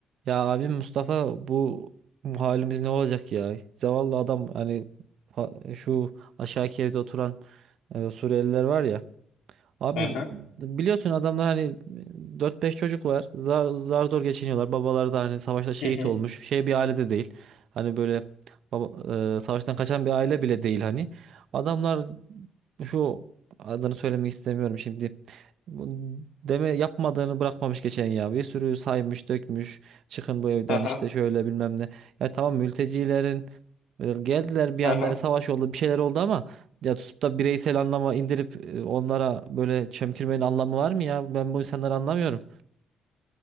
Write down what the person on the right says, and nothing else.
Ya abim Mustafa bu, bu halimiz ne olacak ya? Zavallı adam hani fa- şu aşağıki evde oturan e, Suriyeliler var ya. Abi
biliyorsun adamlar hani e, dört beş çocuk var. Zar, zar zor geçiniyorlar. Babaları da hani savaşta şehit
olmuş. Şey bir ailede değil. Hani böyle baba, e, savaştan kaçan bir aile bile değil hani. Adamlar şu adını söylemek istemiyorum şimdi. Bu Deme yapmadığını bırakmamış geçen ya. Bir sürü saymış, dökmüş. Çıkın bu evden
işte şöyle bilmem ne. Ya tamam mültecilerin e, geldiler bir yandan
hani savaş oldu, bir şeyler oldu ama ya tutup da bireysel anlama indirip e, onlara böyle çemkirmenin anlamı var mı ya? Ben bu insanları anlamıyorum.